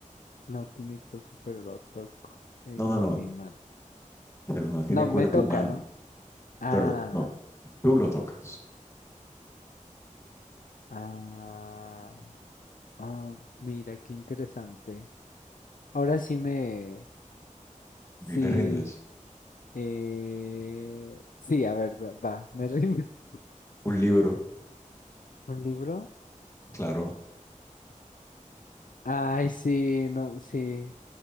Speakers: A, on the left; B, on the left.
A: No tiene cuerpo, pero lo toco eh,
B: No, no,
A: con
B: no.
A: mi mano.
B: pero No tiene
A: No,
B: cuerpo
A: me toca,
B: humano,
A: ¿no? Ah,
B: pero no, tú lo tocas.
A: ah, ah, mira, qué interesante. Ahora sí me, sí,
B: Y te rindes.
A: eh, sí, a ver, va, va, me rindo.
B: Un
A: <laughs>
B: libro,
A: ¿Un libro?
B: claro.
A: Ay, sí, no, sí,